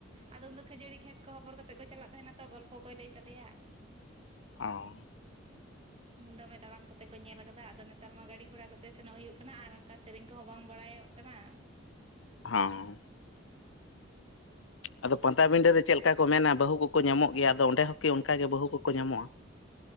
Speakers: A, on the right; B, on the left.
A: ᱟᱫᱚ ᱩᱱ ᱫᱚ ᱠᱷᱟᱹᱡᱟᱹᱲᱤ ᱜᱷᱮᱸᱴ ᱠᱚ ᱦᱚᱵᱚᱨ ᱠᱟᱛᱮᱜ ᱠᱚ ᱪᱟᱞᱟᱜ ᱛᱟᱦᱮᱱᱟ ᱛᱚ ᱜᱚᱞᱯᱷᱚ ᱠᱚᱭ ᱞᱟᱹᱭ ᱛᱟᱞᱮᱭᱟ᱾
B: ᱚᱸᱻ᱾
A: ᱫᱚᱢᱮ ᱛᱟᱲᱟᱢ ᱠᱚᱛᱮ ᱠᱚ ᱧᱮᱞ ᱟᱠᱟᱫᱟ ᱟᱫᱚ ᱱᱮᱛᱟᱨ ᱢᱟ ᱜᱟᱹᱲᱤ ᱜᱷᱚᱲᱟ ᱠᱚᱛᱮ ᱥᱮᱱᱚᱜ ᱦᱩᱭᱩᱜ ᱠᱟᱱᱟ ᱟᱨ ᱚᱱᱠᱟᱼᱼ ᱥᱮᱨᱮᱧ ᱠᱚᱦᱚᱸ ᱵᱟᱝ ᱵᱟᱲᱟᱭᱚᱜ ᱠᱟᱱᱟ᱾
B: ᱦᱚᱸ᱾ ᱟᱫᱚ ᱯᱟᱛᱟ ᱵᱤᱸᱰᱟᱹ ᱨᱮ ᱪᱮᱜ ᱞᱮᱠᱟ ᱠᱚ ᱢᱮᱱᱟ ᱵᱟᱹᱦᱩ ᱠᱚᱠᱚ ᱧᱟᱢᱚᱜ ᱜᱮᱭᱟ ᱟᱫᱚ ᱚᱸᱰᱮ ᱦᱚᱸ ᱠᱤ ᱚᱱᱠᱟ ᱜᱮ ᱵᱟᱹᱦᱩ ᱠᱚᱠᱚ ᱧᱟᱢᱚᱜ-ᱟ?